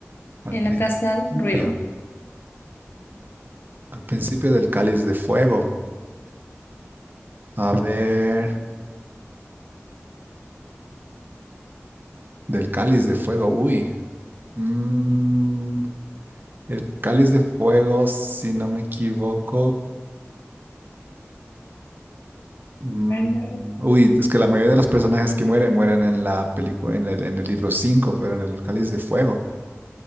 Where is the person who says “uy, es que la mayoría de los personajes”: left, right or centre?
Right